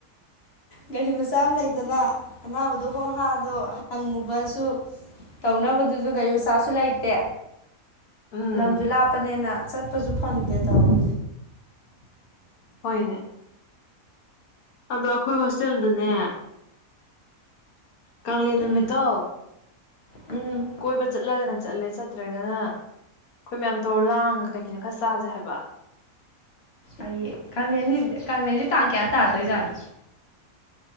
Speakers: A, on the left; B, on the left.
A: ꯒꯥꯔꯤ ꯃꯆꯥ ꯑꯃ ꯂꯩꯗꯅ ꯑꯅꯥꯕꯗꯣ ꯍꯣ ꯍꯥꯗꯣ ꯍꯪꯉꯨꯕꯁꯨ ꯇꯧꯅꯕꯗꯨꯁꯨ ꯒꯥꯔꯤ ꯃꯆꯥꯁꯨ ꯂꯩꯇꯦ
B: ꯎꯝ
A: ꯂꯝꯖꯨ ꯂꯥꯞꯄꯅꯦꯅ ꯆꯠꯄꯁꯨ ꯐꯪꯗꯦ ꯇꯧꯔꯤ
B: ꯍꯣꯏꯅꯦ ꯑꯗꯣ ꯑꯩꯈꯣꯏ ꯍꯣꯁꯇꯦꯜꯗꯅꯦ ꯀꯪꯂꯦꯟ
A: ꯎꯝ
B: ꯅꯨꯃꯤꯠꯇꯣ
A: ꯎꯝ
B: ꯀꯣꯏꯕ ꯆꯠꯂꯒꯅ ꯆꯠꯂꯦ ꯆꯠꯇ꯭ꯔꯒꯅ ꯑꯩꯈꯣꯏ ꯃꯌꯥꯝ ꯇꯧꯔ ꯂꯥꯡꯉ ꯀꯩ ꯀꯩꯅꯣ ꯈꯔ ꯆꯥꯁꯦ ꯍꯥꯏꯕ
A: ꯑꯩꯌꯦ ꯀꯥꯡꯂꯦꯟꯁꯤ ꯀꯥꯡꯂꯦꯟꯁꯖꯦ ꯇꯥꯡ ꯀꯌꯥ ꯇꯥꯗꯣꯏꯖꯥꯠꯅꯣ